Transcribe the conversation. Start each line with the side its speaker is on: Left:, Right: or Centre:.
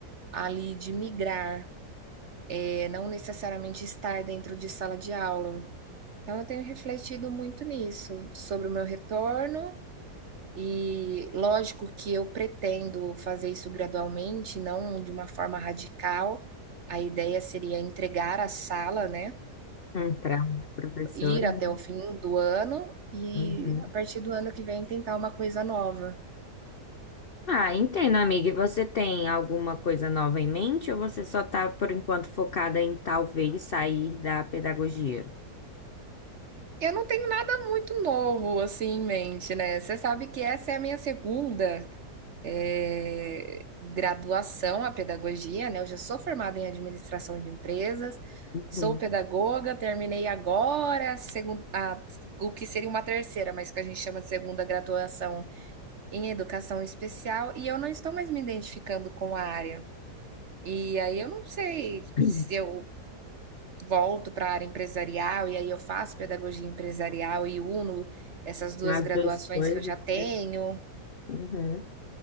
Right: Ali de migrar, é, não necessariamente estar dentro de sala de aula. Então, eu tenho refletido muito nisso, sobre o meu retorno e lógico que eu pretendo fazer isso gradualmente, não de uma forma radical. A ideia seria entregar a sala, né?
Left: hum, para outra professora,
Right: Ir até
Left: né?
Right: o fim do ano e
Left: Uhum.
Right: a partir do ano que vem tentar uma coisa nova.
Left: Ah, entendo, amiga. E você tem alguma coisa nova em mente ou você só tá, por enquanto, focada em talvez sair da pedagogia?
Right: Eu não tenho nada muito novo assim em mente, né? Você sabe que essa é a minha segunda é, graduação à pedagogia, né? Eu já sou formada em administração de empresas,
Left: Uhum.
Right: sou pedagoga, terminei agora a segun- a- o que seria uma terceira, mas que a gente chama de segunda graduação em educação especial, e eu não estou mais me identificando com a área. E aí eu não sei
Left: Uhum.
Right: se eu volto para a área empresarial, e aí eu faço pedagogia empresarial e uno essas duas
Left: As
Right: graduações
Left: duas coisas,
Right: que eu já tenho.
Left: né? Uhum.